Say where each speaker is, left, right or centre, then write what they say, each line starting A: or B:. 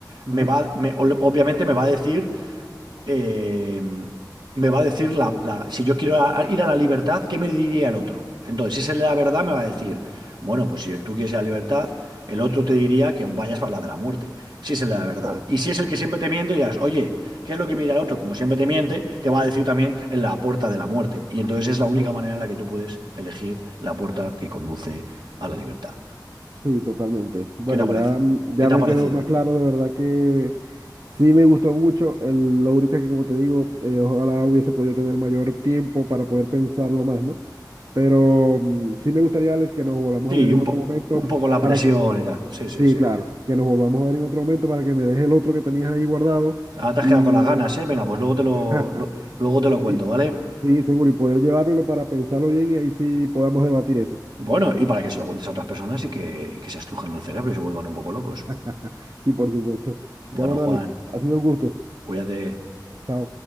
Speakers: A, on the right; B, on the right.
A: ujú,
B: me va, me- obviamente me va a decir eh, me va a decir la, la- si yo quiero a- ir a la libertad, ¿qué me diría el otro? Entonces, si esa es la verdad, me va a decir, bueno, pues si tú quieres ir a la libertad, el otro te diría que vayas para la de la muerte, si esa es la verdad.
A: claro,
B: Y si es el que siempre te miente, dirás, oye, ¿qué es lo que mira el otro? Como siempre te miente, te va a decir también en la puerta de la muerte. Y entonces es la única
A: sí.
B: manera en la que tú puedes elegir la puerta que conduce a la libertad.
A: Sí, totalmente. Bueno,
B: ¿Qué te parece?
A: ya, mm, ya
B: ¿Qué te
A: me
B: ha parecido?
A: quedó más claro, de verdad que sí me gustó mucho. el- lo único es que, como te digo, eh, ojalá hubiese podido tener mayor tiempo para poder pensarlo más, ¿no? Pero mm, sí me gustaría, Alex, que nos volvamos
B: Sí,
A: a ver en
B: un
A: otro
B: po-
A: momento
B: un poco la
A: para
B: presión
A: que,
B: y tal. Sí, sí,
A: sí,
B: sí,
A: claro,
B: entiendo.
A: que nos volvamos a ver en otro momento para que me dejes el otro que tenías ahí guardado
B: Ahora te
A: y,
B: has quedado con las ganas, ¿eh? Venga, pues luego te lo,
A: <laughs>
B: lo- luego te lo cuento,
A: y
B: ¿vale?
A: sí, seguro, y poder llevármelo para pensarlo bien y ahí sí podamos debatir eso.
B: Bueno, y para que se lo cuentes a otras personas y que, y que se estrujan el cerebro y se vuelvan un poco locos.
A: <laughs> Sí, por supuesto.
B: Bueno,
A: Ya bueno,
B: Juan,
A: Alex, ha sido un gusto.
B: cuídate.
A: Chao.